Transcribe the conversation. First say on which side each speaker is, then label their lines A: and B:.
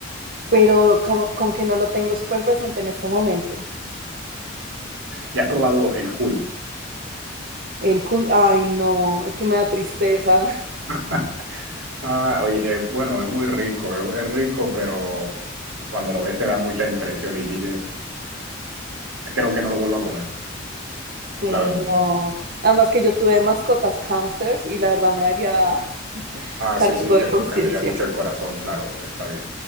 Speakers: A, on the right (about 50°); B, on the right (about 90°).
A: pero como, como que no lo tengo súper presente en este momento.
B: ¿Y has probado el cuy?
A: El cuy, ay, no, es que me da tristeza.
B: <laughs> Ah, oye, eh, bueno, es muy rico, es, es rico, pero cuando lo ves te da mucha impresión y dices, creo que no lo vuelvo a comer,
A: Sí,
B: la verdad.
A: no. Además que yo tuve mascotas hamsters y la verdad me haría <laughs>
B: Ah,
A: cargo
B: sí, sí, te
A: de conciencia.
B: tocaría mucho el corazón, claro, está bien,